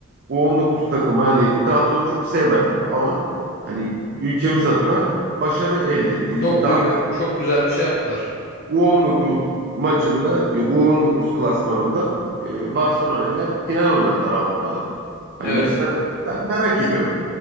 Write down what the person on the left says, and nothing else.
çok
büyük çok güzel bir şey yaptılar.
Evet.